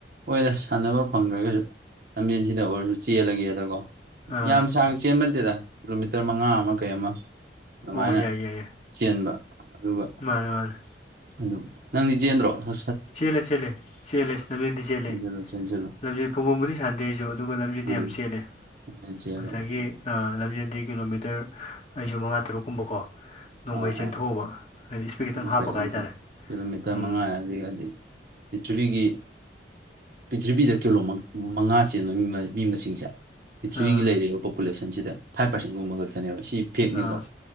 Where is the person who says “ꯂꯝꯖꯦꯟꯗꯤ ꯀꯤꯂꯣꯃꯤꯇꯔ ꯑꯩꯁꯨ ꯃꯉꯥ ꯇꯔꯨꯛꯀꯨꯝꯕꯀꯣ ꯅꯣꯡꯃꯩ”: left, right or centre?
Left